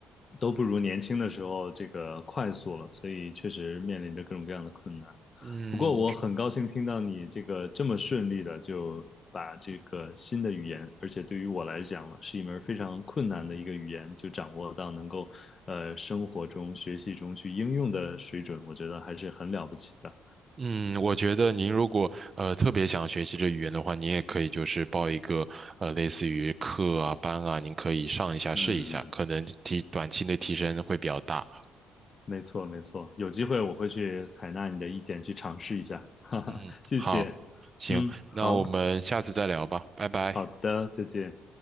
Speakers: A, on the left; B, on the right.
A: 都不如年轻的时候这个快速了，所以确实面临着各种各样的困难。
B: 嗯，
A: 不过我很高兴听到你这个这么顺利的就把这个新的语言，而且对于我来讲呢，是一门非常困难的一个语言，就掌握到能够呃生活中、学习中去应用的水准，我觉得还是很了不起的。
B: 嗯，我觉得您如果呃特别想学习这语言的话，您也可以就是报一个呃类似于课啊班啊，您可以上一下试一下，
A: 嗯，
B: 可能提短期内提升会比较大。
A: 没错没错，有机会我会去采纳你的意见，去尝试一下。<laughs> 哈哈，
B: 嗯，
A: 谢谢。
B: 好，行，
A: 嗯，好，
B: 那我们下次再聊吧，拜拜。
A: 好的，再见。